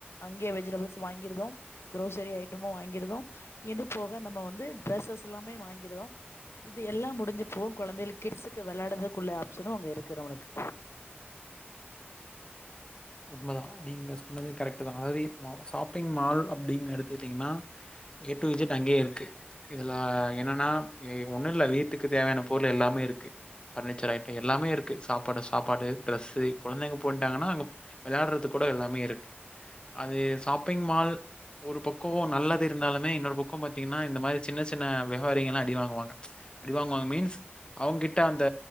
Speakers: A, on the left; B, on the left.
A: அங்கே வெஜிடபிள்ஸ் வாங்கிறுதோ குரோசரி ஐட்டமும் வாங்கிரு டுதோம் இது போக நம்ம வந்து ட்ரெஸஸ் எல்லாமே வாங்கிடுதோம் இது எல்லாம் முடிஞ்சுப்போம் கொழந்தைளு கிட்ஸுக்கு விளையாடுறதுக்குள்ள ஆப்ஷனு அங்க இருக்கு நமளுக்கு
B: உண்மதா நீங்க சொன்னது கரெக்ட்தா அதாவது மா ஷாப்பிங் மால் அப்படிங்னு எடுத்துக்கிட்டீங்கன்னா ஏ டு இஜட் அங்கேயே இருக்கு இதுல என்னன்னா இ ஒன்னு இல்ல வீட்டுக்கு தேவையான பொருள் எல்லா லாமே இருக்கு பர்னிச்சர் ஐட்டம் எல்லாமே இருக்கு சாப்பாடு சாப்பாடு ட்ரெஸு குழந்தைங்க போயிட்டாங்கன்னா அங்க வெளையாடுறதுக் கூட எல்லாமே இருக்கு அது ஷாப்பிங் மால் ஒரு பக்கோ நல்லது இருந்தாலுமே இன்னொரு பக்கோ பாத்தீங்கன்னா இந்த மாரி சின்ன சின்ன விவாரிங்கள்ல்லா அடிவாங்குவாங்க. அடி வாங்குவாங்க மீன்ஸ் அவங்க கிட்ட அந்த